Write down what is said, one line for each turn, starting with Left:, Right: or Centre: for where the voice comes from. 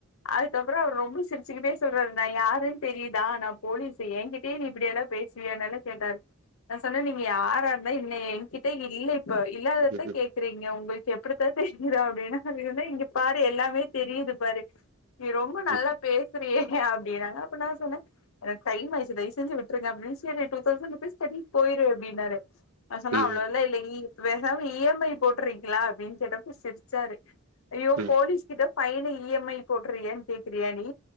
Left: அதுக்கப்புறோ அவரு ரொம்ப சிரி சிக்கிட்டே சொல்றாரு நா யாருன் தெரிதா நா போலீசு என்கிட்டயே நீ இப்படியெல்லா பேசுவியானல்லா கேட்டாரு நா சொன்ன நீங்க யாரா இருந்தா என்ன எங்கிட்ட இல்ல இப்ப இல்லாதப்பா
Right: ம் ம் ம் ம்ஹ்ம் ம் ம் ம்ஹ்ம் ம்ஹ்ம் ம் ம் ம்ஹ்ம்
Left: கேட் இருக்கீங்க உங்களுக்கு எப்படித்தான் தெரியுற அப்டின்னா வேனுனா இங்க பாரு எல்லாமே தெரியுது பாரு நீ ரொம்ப
Right: ம்
Left: நல்லா பேசுறியே அப்டின்னாங்க அப்ப நா சொன்ன எனக்கு டைம் ஆய்ச்சு தயவு செஞ்சு விட் விட்ருங்க அப்படின் சேரி டூ தௌசண்ட் ருபீஸ் கட்டிட் போய்ரு அப்டின்னாரு நா சொன்ன
Right: ம்ஹ்ம்
Left: அவ்ளலா
Right: ம்ஹ்ம்
Left: இல்ல இ பேசாம இ எம் ஐ போட்டுறீங்களா அப்டின் கேட்டப்ப சிரிச்சாரு ஐயோ
Right: ம்
Left: போலீஸ்
Right: ம்
Left: கிட்ட ஃபைன இ எம் ஐ போட்டுறீியு கேக்குறியா நீ